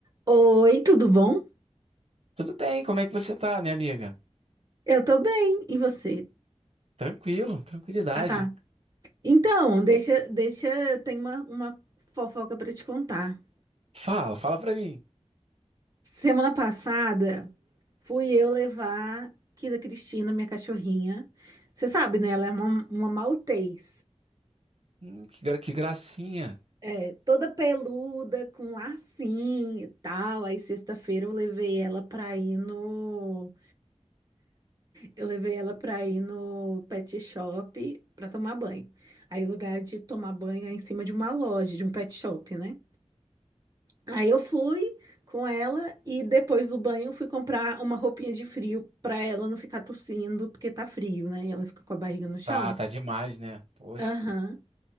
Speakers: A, on the right; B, on the right.
A: Oi, tudo bom?
B: Tudo bem, como é que você tá, minha amiga?
A: Eu tô bem. E você?
B: Tranquilo, tranquilidade.
A: Ah, tá. Então, deixa, deixa, tem uma, uma fofoca pra te contar.
B: Fala, fala pra mim.
A: Semana passada, fui eu levar Kida Cristina, minha cachorrinha. Você sabe, né? Ela é uma, uma Maltês.
B: Hum, que, gra- que gracinha.
A: É, toda peluda, com lacinho e tal. Aí, sexta-feira, eu levei ela pra ir no Eu levei ela pra ir no pet shop pra tomar banho. Aí o lugar de tomar banho é em cima de uma loja, de um pet shop, né? Aí eu fui com ela e depois do banho fui comprar uma roupinha de frio pra ela não ficar tossindo, porque tá frio, né? E ela fica com a barriga no chão.
B: Tá, tá demais, né? Poxa.
A: Aham.